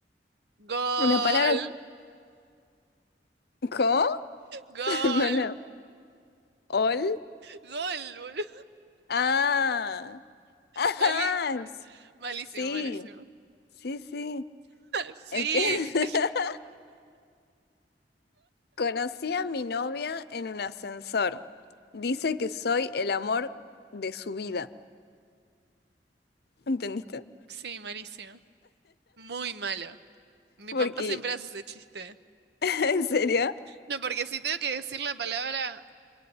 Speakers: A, on the right; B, on the left.
A: Gol,
B: ¿Una palabra co?
A: gol,
B: <laughs> No, no. ¿Ol?
A: gol, boludo.
B: Ah. <laughs> Ah,
A: Mali- malísimo,
B: sí.
A: malísimo.
B: Sí, sí.
A: <laughs>
B: Es que
A: Sí,
B: <laughs> conocí a mi novia en un ascensor. Dice que soy el amor de su vida. ¿Entendiste?
A: sí, malísimo. Muy malo. Mi
B: Porque,
A: papá siempre hace ese chiste.
B: <laughs> ¿en serio?
A: No, porque si tengo que decir la palabra